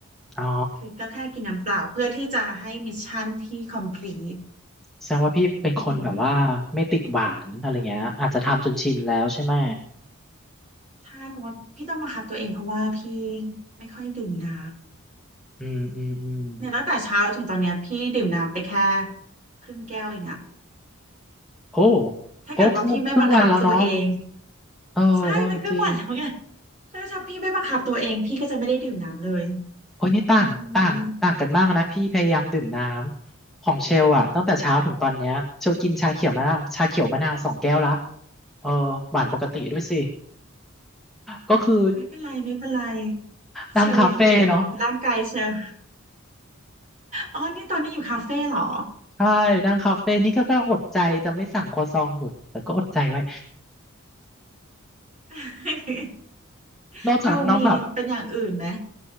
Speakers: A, in the centre; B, on the right (about 35°).
A: อ๋อ
B: คือก็แค่กินน้ำเปล่าเพื่อที่จะให้มิชชั่นพี่ complete
A: แสดงว่าพี่เป็นคนแบบว่าไม่ติดหวานอะไรเงี้ยอาจจะทำจนชินแล้วใช่ไหม
B: อืมใช่เพราะว่าพี่ต้องบังคับตัวเองเพราะว่าพี่ไม่ค่อยดื่มน้
A: อืมอืมอืม
B: เนี่ยตั้งแต่เช้าถึงตอนเนี้ยพี่ดื่มน้ำไปแค่ครึ่งแก้วเองอะ
A: โอ้
B: ถ้าเกิดว่าพี่ไม่บังคับตัวเอง
A: โอ้ครึ่งครึ่งวันแล้วเนาะเออเออจริง
B: ใช่มันครึ่งวันแล้วไงถ้าถ้าพี่ไม่บังคับตัวเองพี่ก็จะไม่ได้ดื่มน้ำเลย
A: โอ้ยนี่ต่างต่างต่างกันมากนะพี่พยายามดื่มน้ำของเชลอะตั้งแต่เช้าถึงตอนเนี้ยเชลกินชาเขียวมะนาวชาเขียวมะนาวสองแก้วละ
B: อืม
A: เออหวานปกติด้วยสิก็คือ
B: ไม่เป็นไรไม่เป็นไร
A: นั่งคาเฟ่เนาะ
B: เชลยังเด็กร่างกายเชลอ๋อนี่ตอนนี้อยู่คาเฟ่เหรอ
A: ใช่นั่งคาเฟ่นี่ก็กำลังอดใจจะไม่สั่งครัวซองอยู่แต่ก็อดใจไว้
B: <laughs>
A: นอกจากน้องแบบ
B: ดูมีเป็นอย่างอื่นไหม